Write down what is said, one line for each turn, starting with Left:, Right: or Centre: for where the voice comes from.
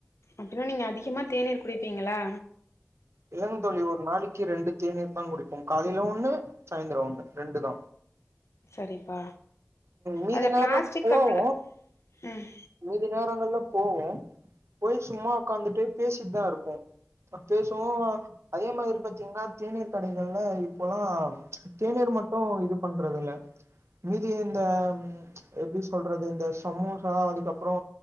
Left: அப்டினா நீங்க அதிகமா தேநீர் குடிப்பீங்ளா
Right: இல்லங் தோழி ஒரு நாளைக்கு ரெண்டு தேநீர் தா குடிப்போ காலைல ஒன்னு சாய்ந்தர ஒன்னு ரெண்டு தா
Left: சரிப்பா
Right: மீதி
Left: அத
Right: நேரல
Left: பிளாஸ்டிக்
Right: போவோ
Left: கப்ல ம்
Right: மீதி நேரங்கள்ல போவோ போய் சும்மா ஒக்காந்துட்டு பேசிட்டு தா இருப்போ பேசுவோ அதே மாரி பாத்தீங்கன்னா தேநீர் கடைகள்ல இப்பெல்லா தேநீர் மட்டு இது பண்றது இல்ல மிதிய இந்த எப்டி சொல்றது இந்த சமோசா அதுக்கப்றோ